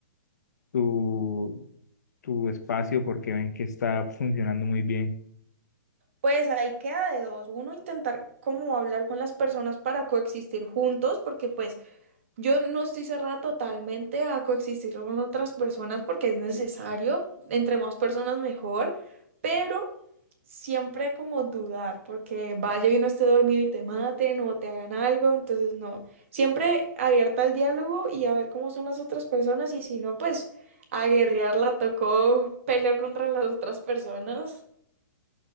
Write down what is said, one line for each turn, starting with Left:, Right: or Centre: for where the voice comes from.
Left: tu, tu espacio porque ven que está funcionando muy bien.
Right: Pues ahí queda de dos. Uno, intentar como hablar con las personas para coexistir juntos, porque pues Yo no estoy cerrada totalmente a coexistir con otras personas porque es necesario, entre más personas mejor, pero siempre como dudar, porque vaya y no esté dormido y te maten o te hagan algo, entonces no, siempre abierta al diálogo y a ver cómo son las otras personas y si no, pues a guerrearla tocó pelear contra las otras personas